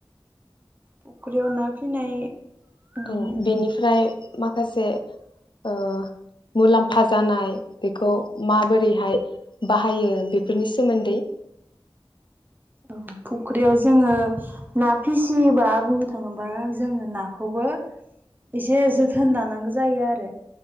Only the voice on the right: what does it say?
फख्रियाव ना फिनाय उम
औ फुख्रियाव जोङो ना फिसियोबा बुंनो थाङोबा जोङो नाखौबो एसे जोथोन लानांगौ जायो आरो।